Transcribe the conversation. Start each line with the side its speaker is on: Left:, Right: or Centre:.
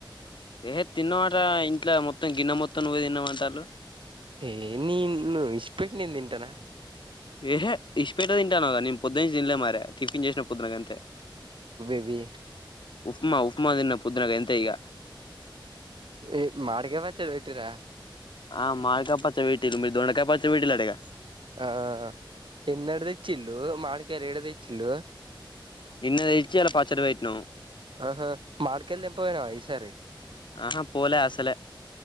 Left: ఏ తిన్నావట ఇంట్లో మొత్తం గిన్నె మొత్తం నువ్వే తిన్నావ్ అంటాళ్ళు
Right: ఏ నిన్ను ఇడిసిపెట్టి నేను తింటనా
Left: ఏహే ఇసిపేట తింటాన కాని పొద్దు నుంచి తిన్లే మరే టిఫిన్ చేసిన పొద్దున గంతే
Right: విఎ
Left: ఉప్మా ఉప్మా దిన్న పొద్దున గంతే ఇగ
Right: ఈ మాడికాయ పచ్చడి పెట్టిర
Left: ఆ మాడికాయ పచ్చడి పెట్టిర్రు మీ ద దొండకాయ పచ్చడి పెట్టిర్రు అటగ
Right: ఆ ఎన్నెడు తెచ్చిండు మామిడికాయలు ఏడ తెచ్చిండు.
Left: నిన్న తెచ్చి ఇయాల పచ్చడి పెట్టినం
Right: ఆహా మాడికాయలు తెపొయిరా ఈసారి
Left: ఆహా పోలే అసలే